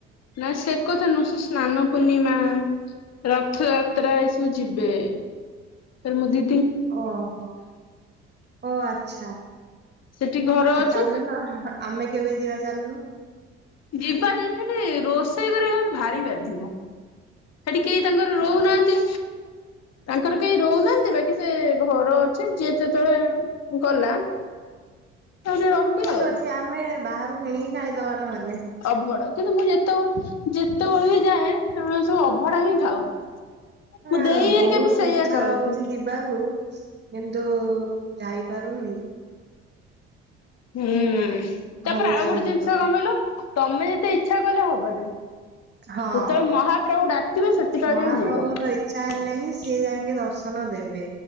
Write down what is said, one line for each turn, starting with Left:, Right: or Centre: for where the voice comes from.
Left: ନା ସେ କଥା ନୁହଁ ସିଏ ସ୍ନାନ ପୁନି ମା ରଥଯାତ୍ରା ଏସବୁ ଯିବେ। ତେଣୁ ମୋ ଦି
Right: ଓ ହୋ, ଓ ଆଚ୍ଛା ।
Left: ସେଠି ଘର
Right: ଆଉ
Left: ଅଛି
Right: ଚାଲୁନ ଆମେ କେବେ ଯିବା ଚାଲୁନୁ?
Left: ଯିବା ଯେ ସେଠି ରୋଷେଇ କରିକି କିନ୍ତୁ ଭାରି ବାଧିବ । ସେଠି କେହି ତାଙ୍କର ରହୁନାହାନ୍ତି। ତାଙ୍କର କେଇ ରହୁନାହାନ୍ତି ବାକି ସେ ଘର ଅଛି। ଯିଏ ଯେତେବେଳେ ଗଲା ସେଠି ରହିଲେ
Right: ହଉ ଠିକ୍
Left: ଆଉ
Right: ଅଛି ଆମେ ବାହାରୁ କିଣିକି ଖାଇଦବା ନହ
Left: ଅବଡା କିନ୍ତୁ ମୁଁ ଯେତବଳେ ଯେତବଳେ ବି ଯାଏ ସେମାନେ ସବୁ ଅଭଡା ହିଁ ଖାଉ।
Right: ହୁଁ
Left: ମୋ ଦେଇ ହେରିକା
Right: ବହୁତ
Left: ବି ସେଇଆ
Right: ଇଚ୍ଛା
Left: କରନ୍ତି।
Right: ହଉଚି ଯିବାକୁ। କିନ୍ତୁ ଯାଇପାରୁନି।
Left: ହୁଁ ତାପରେ
Right: ଭଲ
Left: ଆଉ
Right: ଲାଗୁନି
Left: ଗୋଟେ ଜିନିଷ
Right: ଜମା
Left: କଣ କହିଲ ତୋମେ ଯେତେ ଇଚ୍ଛା କଲେ ହବ ବନି ଯେତେବେଳେ
Right: ହଁ।
Left: ମହାପ୍ରଭୁ ଡାକିବେ ସେତିକାବେଳେ
Right: ମହାପ୍ରଭୁଙ୍କ
Left: ଯାଇଁ ଯିବ ।
Right: ଇଚ୍ଛା ହେଲେ ହିଁ ସିଏ ଜାଇଁଙ୍କି ଦର୍ଶନ ଦେବେ